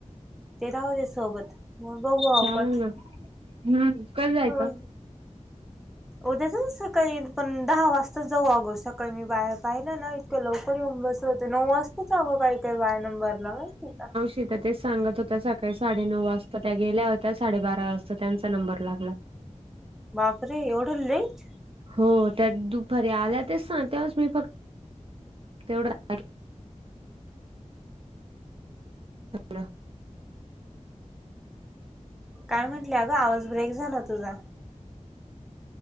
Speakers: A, in the centre; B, on the right.
A: ते राहूते सोबत मग बघू आपण,
B: चालेल ना हम्म कधी जायचं
A: हो उद्या सकाळी पण दहा वाजता जाऊ अगो सकाळी मी बाहेर पाहिला ना, लवकर येऊन बसत होत नऊ वाजताचगं काही काही बाया नंबरला माहिती का?
B: तिथं तेच सांगत होत सकाळी साडेनऊ वाजता त्या गेल्या होत्या साडेबारा वाजता त्यांचा नंबर लागला.
A: बापरे! एवढं लेट.
B: हो त्या दुपारी आल्या तेच सांगतच <inaudible> मी फक्त तेवढं <unintelligible> <unintelligible> <inaudible>
A: काय म्हटलं अ गं आवाज ब्रेक झाला तुझा.